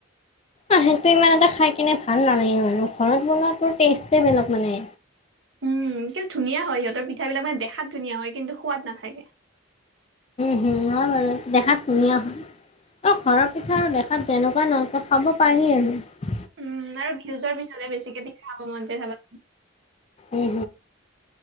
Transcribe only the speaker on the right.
উম কিন্তু ধুনীয়া হয় সিহঁতৰ পিঠাবিলাক মানে দেখাত ধুনীয়া হয় কিন্তু সোৱাদ নাথাকে
উম আৰু ভিউজৰ পিছফালে বেছিকে দি খাব মন যায় ভাবাচোন